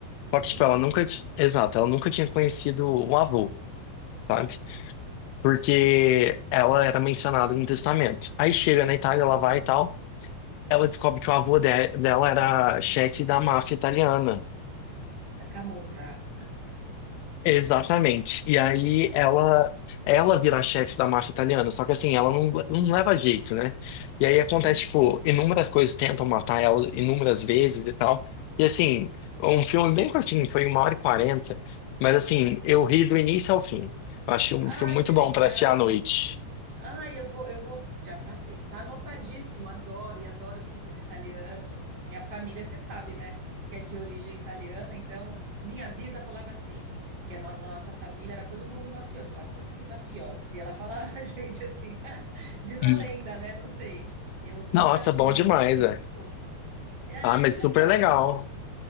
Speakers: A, on the left (about 85°); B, on the right (about 45°).
A: Só que,
B: Olha,
A: tipo, ela nunca, t- exato, ela nunca tinha conhecido o avô. sabe?
B: aham,
A: porque ela era mencionada no testamento. Aí chega na Itália,
B: aham.
A: ela vai e tal, ela descobre que o avô de- dela era chefe da máfia italiana.
B: da Camorra.
A: Exatamente. E aí
B: Caramba.
A: ela ela vira a chefe da máfia italiana, só que assim, ela não, não leva jeito, né? E aí acontece,
B: É,
A: tipo, inúmeras coisas tentam matar ela inúmeras vezes e tal. E assim, um filme bem curtinho, foi uma hora e quarenta, mas assim,
B: é.
A: eu ri do início ao fim. Eu achei um
B: Ai,
A: filme muito
B: que
A: bom
B: legal.
A: pra assistir à noite.
B: Ai, eu vou, eu vou. Já tá aqui, tá anotadíssimo. Adoro e adoro filmes italianos. Minha família, você sabe, né? Que é de origem italiana. Então, minha bisa falava assim, que na na nossa família era todo mundo mafioso, era tutti mafiosi. Ela falava pra <laughs> gente assim, <laughs> diz a
A: Hum.
B: lenda, né? Não sei. Eu
A: Nossa,
B: nunca soube
A: bom demais,
B: realmente
A: é.
B: que fôssemos. Ah,
A: Ah, mas
B: que legal.
A: super legal.
B: Eu vou assistir.